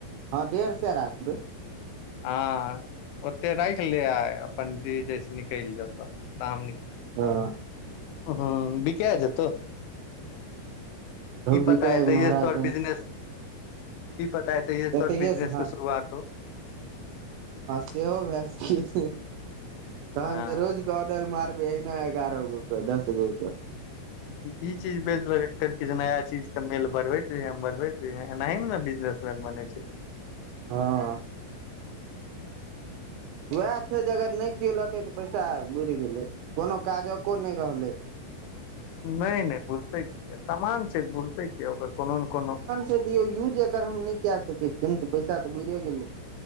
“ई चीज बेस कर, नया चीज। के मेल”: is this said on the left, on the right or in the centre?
Left